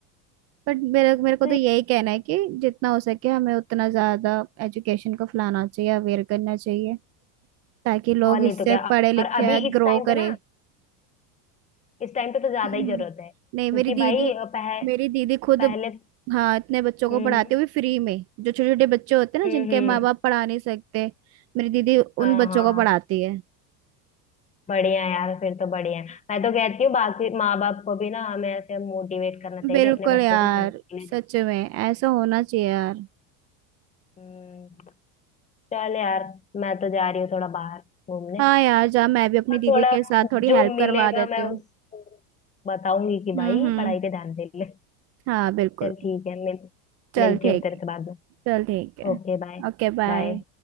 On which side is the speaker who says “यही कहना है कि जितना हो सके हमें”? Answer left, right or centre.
Right